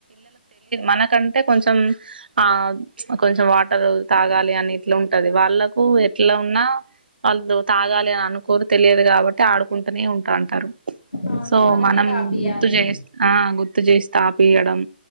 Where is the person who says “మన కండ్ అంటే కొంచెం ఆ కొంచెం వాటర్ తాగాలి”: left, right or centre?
Right